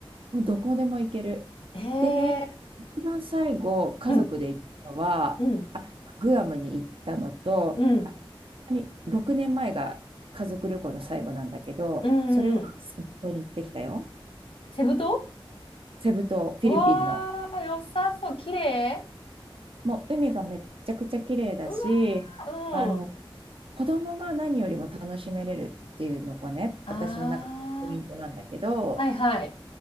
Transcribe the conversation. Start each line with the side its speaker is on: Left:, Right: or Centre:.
Right: う、もうどこでも行ける。
Left: へ
Right: でね、
Left: え。
Right: 一番最後、家族で行ったのは、
Left: うん。うん。
Right: あ、グアムに行ったのと、
Left: うん。
Right: あ、本当に6年前が家族旅行の最後なんだけど、
Left: うんうんうん。
Right: それはセブ島に行ってきたよ。
Left: セブ島
Right: セブ島、フィリピンの。
Left: うわー、良さそう。綺麗
Right: もう海がめっちゃくちゃ綺麗だし、
Left: うわー、
Right: あの、
Left: うん。
Right: 子供が何よりも楽しめれるっていうのがね、
Left: あ
Right: 私の中のポイントなんだけど、
Left: ー、はいはい。